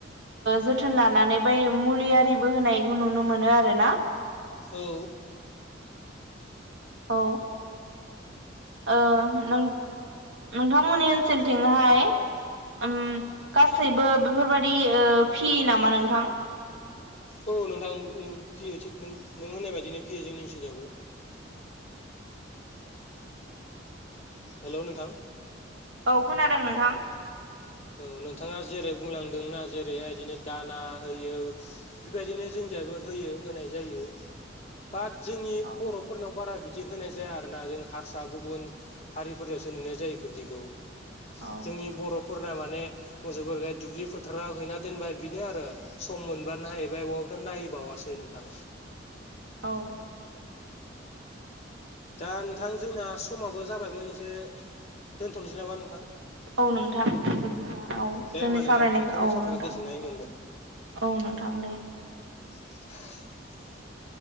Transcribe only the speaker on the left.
औ।
औ नोंथां नों फियो थिग नों होननाय बायदिनो फियो जोंनि ओनसोलावबो। हेलौ नोंथां।
औ नोंथाङा जेरै बुंलांदों ना जेरैहाय बिदिनो दाना होयो बेबायदिनो जों निजायबो होयो होनाय जायो बात जोंनि
बरफोरनाव बारा बि दि होनाय जाया आरोना जों हारसा गुबुन हारिफोरयावसो नुनाय जायो इफोरदिखौ।
जोंनि बर फोरना माने मोसौफोरखो दुब्लि फोथाराव हैना दोनबाय बिनो आरो सम मोनब्लानो नायहैबाय अ बाथ नायैबावासो नोंथां।
दा नोंथां जोंना समाबो जाबायमोन एसे दोनथनोसै नामा नोंथां।
दे
होमबा नोंथां
नोंथांजों
सावरायना
गोजोननाय मोनबाय
<inaudible>